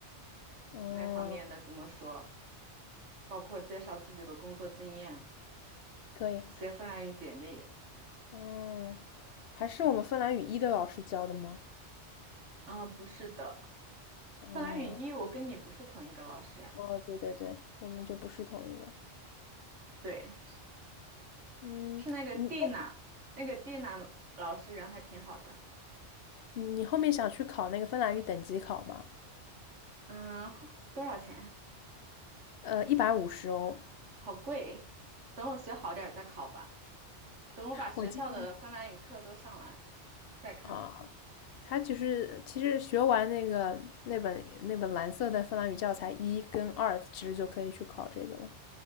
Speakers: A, on the left; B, on the right.
A: 嗯，
B: 那方面的怎么说，包括介绍自己的工作经验，
A: 可以，
B: 写芬兰语简历。
A: 嗯，还是我们芬兰语一的老师教的吗？
B: 啊、不是的，
A: 嗯，
B: 芬兰语一我跟你不是同一个老师呀，
A: 哦，对对对，我们就不是同一个。
B: 对，是
A: 嗯，
B: 是那个蒂娜，
A: 你后，
B: 那个蒂娜老师人还挺好的，
A: 嗯，你后面想去考那个芬兰语等级考吗？
B: 嗯，后多少钱啊？
A: 呃，一百五十欧。
B: 好贵。等我学好点儿再考吧，等我把学校的芬兰语课都上完
A: 我记得
B: 再看吧。
A: 啊，他其实其实学完那个那本那本蓝色的芬兰语教材一跟二，其实就可以去考这个了。